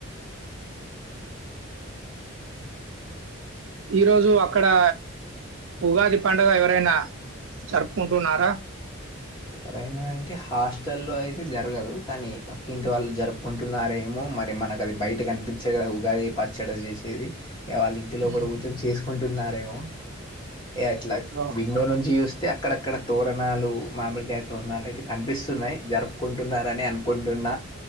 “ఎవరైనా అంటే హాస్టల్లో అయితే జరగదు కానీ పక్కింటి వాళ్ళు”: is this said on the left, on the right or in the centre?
Left